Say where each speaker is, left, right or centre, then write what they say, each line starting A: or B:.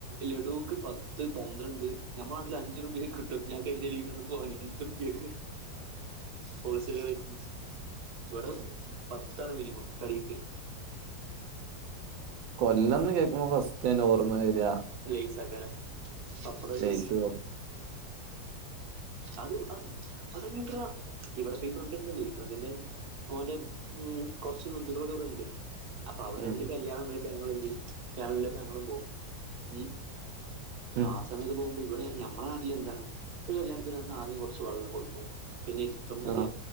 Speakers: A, on the right; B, on the right.
A: ലഡുക്ക് പത്ത് പന്ത്രണ്ട് ഞമ്മുടെ നാട്ടില് അഞ്ചു രൂപയൊക്കെ കിട്ടും ഞാൻ കഴിഞ്ഞ പതിനഞ്ചു റുപ്യാക്ക് ഹോൾസെയിൽ കടന് ഇവിടെ പത്താണ് മിനിമം തടിക്ക്
B: കൊല്ലന്ന് കേൾക്കുമ്പോ ഫസ്റ്റ്തന്നെ ഓർമ്മ വരികാ
A: ലേസക്കാരാ പപ്പട ലെയ്സ്
B: ലേസ് പപ്പ-
A: അത് അത് അതങ്ങ ഇവിടെപ്പ ഈ ഫ്രണ്ട്ണ്ടല്ലേ ഈ ഫ്രണ്ടിന്റെ ഒന്റെ ഉം കൊറച്ച് ബന്ധുക്കളൊക്കെ ഇവിടെണ്ട് അപ്പൊ അവര്തില്
B: ഉം,
A: കല്യാണം അവര് ഞങ്ങളും ചെയ്യും ഫാമിലിക്കെ ഞങ്ങളും പോവും ഉം
B: ഉം,
A: ആ സമയത്ത് പോകുമ്പോൾ ഇവിടെ നമ്മളെ നാട്ടിൽ എന്താണ് ഒരു കല്യാണത്തിന് വന്ന് ആദ്യം കുറച്ച് വെള്ളം കൊടുക്കും പിന്നെ ഇരുത്തും മറ്റേ
B: ആ